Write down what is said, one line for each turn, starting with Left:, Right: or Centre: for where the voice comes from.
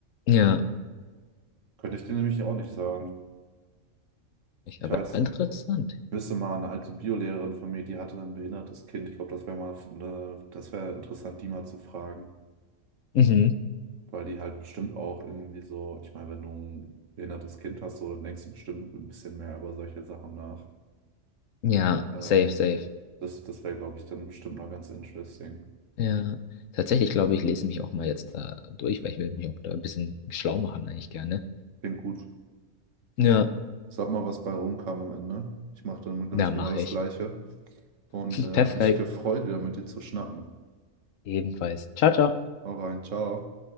Left: ja,
Right: Könnte ich dir nämlich auch nicht sagen.
Left: ich,
Right: Ich
Left: aber
Right: weiß,
Left: interessant.
Right: wüsste mal, eine alte Biolehrerin von mir, die hatte ein behindertes Kind. Ich glaube, das wäre mal, eine, das wäre interessant, die mal zu fragen,
Left: Mhm.
Right: weil die halt bestimmt auch irgendwie so, ich meine, wenn du ein behindertes Kind hast, so, dann denkst du bestimmt ein bisschen mehr über solche Sachen nach.
Left: Ja,
Right: Ähm,
Left: safe, safe.
Right: das das wäre, glaube ich, dann bestimmt mal ganz interesting.
Left: Ja, tatsächlich glaube ich, lese mich auch mal jetzt da durch, weil ich will mich auch da ein bisschen schlau machen eigentlich gerne.
Right: Klingt gut.
Left: Ja,
Right: Sag mal, was bei rumkam am Ende. Ich machte nämlich
Left: na, mache
Right: genau das
Left: ich.
Right: Gleiche und
Left: <laughs>
Right: äh,
Left: Perfekt.
Right: hat mich gefreut, wieder mit dir zu schnacken.
Left: Ebenfalls. Ciao, ciao.
Right: Hau rein, ciao.